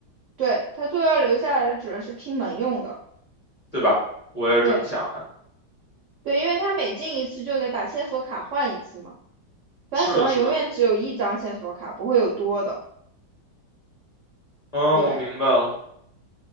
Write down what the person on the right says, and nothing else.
对，他最后要留下来的只能是拼门用的，
对。对，因为他每进一次就得把线索卡换一次嘛，所以他手上永远只有一张线索卡，
不会有多的。
对